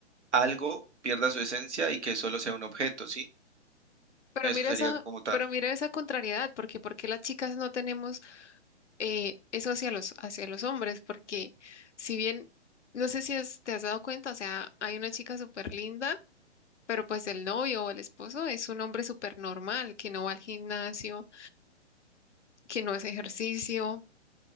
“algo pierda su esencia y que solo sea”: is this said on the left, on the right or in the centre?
Right